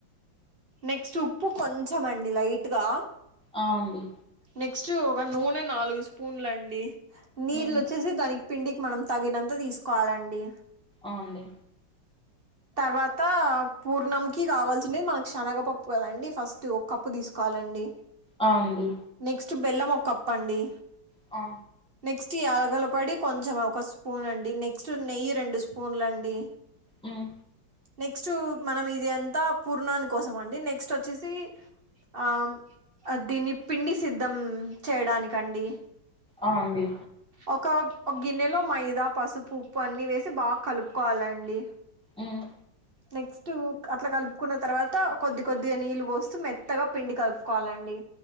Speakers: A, on the right; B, in the centre.
A: నెక్స్ట్ ఉప్పు కొంచం అండి లైట్గా
B: ఆ అండి
A: నెక్స్ట్ ఒక నూనె నాలుగు స్పూన్లు అండి నీళ్ళు
B: మ్మ్
A: ఓచ్చేసి దానికి పిండికి మనం తగినంత తీసుకోవాలండి
B: ఆ అండి
A: తర్వాతా పూర్ణంకి కావాల్సినయి మన శనగపప్పు కదండి ఫస్ట్ ఒక కప్పు తీస్కోవాలండి
B: అవునండి
A: నెక్స్ట్ బెల్లం ఓ కప్పండి
B: ఆ
A: నెక్స్ట్ యాలకుల పోడి కొంచెం ఒక స్పూన్ అండి నెక్స్ట్ నెయ్యి రెండు స్పూన్లండి
B: మ్మ్
A: నెక్స్ట్ మనం ఇది అంతా పూర్ణాని కోసం అండి నెక్స్ట్ ఒచ్చేసి ఆమ్ దీన్ని పిండి సిద్ధం చేయడానికండి
B: ఆ అండి
A: ఒక ఒక గిన్నెలో మైదా పసుపు ఉప్పు అన్ని వేసి బాగా కలుపుకోవాలండి
B: మ్మ్
A: నెక్స్ట్ అట్ల కలుపుకున్న తర్వాత కొద్ది కొద్దిగా నీళ్ళు పోస్తూ మెత్తగా పిండి కలుపుకోవాలండి